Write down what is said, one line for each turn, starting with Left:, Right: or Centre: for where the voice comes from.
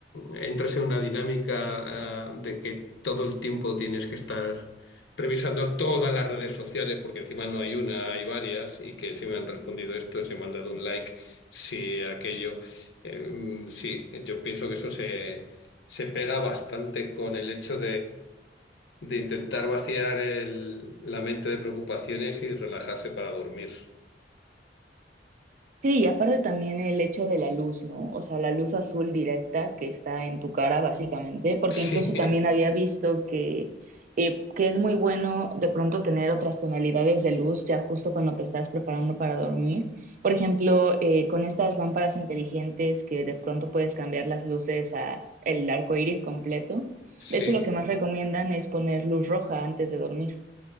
Left: entras en una dinámica, ah, de que todo el tiempo tienes que estar revisando todas las redes sociales, porque encima no hay una, hay varias, y que si me han respondido esto, si me han dado un like, si aquello. Eh, sí, yo pienso que eso se, se pega bastante con el hecho de intentar vaciar el- la mente de preocupaciones y relajarse para dormir.
Right: Sí, y aparte también el hecho de la luz, ¿no? O sea, la luz azul directa que está en tu cara, básicamente, porque
Left: Sí,
Right: incluso también había visto que, eh, que es muy bueno de pronto tener otras tonalidades de luz ya justo cuando te estás preparando para dormir. Por ejemplo, eh, con estas lámparas inteligentes que de pronto puedes cambiar las luces a el arco iris completo.
Left: <laughs>
Right: De
Left: sí.
Right: hecho, lo que más recomiendan es poner luz roja antes de dormir.